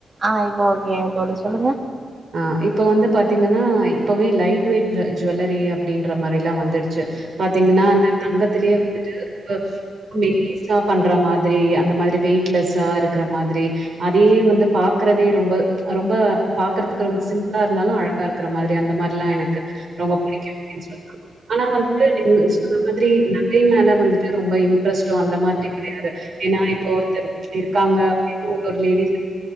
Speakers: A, on the right (about 40°); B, on the right (about 65°).
A: ஆ இப்போ ஓகேங்க தோழி சொல்லுங்க
B: ஆ இப்ப வந்து பாத்தீங்கன்னா இப்பவே லைட் வெயிட் ஜுவல்லரி அப்டின்ற மாரில்லா வந்துறுச்சு பாத்தீங்கன்னா அந்த தங்கத்துலயே வந்துட்டு ரொம்ப ரொம்ப மெலி ஸ்னா பண்ற மாதிரி அந்த மாதிரி வெயிட் லஸ்ஸா இருக்குற மாதிரி அதே வந்து பாக்கறதே ரொம்ப ரொம்ப பாக்கறதுக் க்கு ரொம்ப சிம்பிளா இருந்தாலு அழகா இருக்கற மாரி அந்த மாரிலா எனக் கு ரொம்ப புடிக்கு அப்டின் சொல்லலா ஆனா வந்துட்டு நீங்க அந்த மாதிரி நகை மேல வந்துட்டு ரொம்ப இன்ட்ரஸ்ட்டோ அந்த மாதிரி கெடையாது ஏனா இப்ப ஒருத்தர் இருக்காங்க அப்டின்னு ஒரு ஒரு லேடிஸ்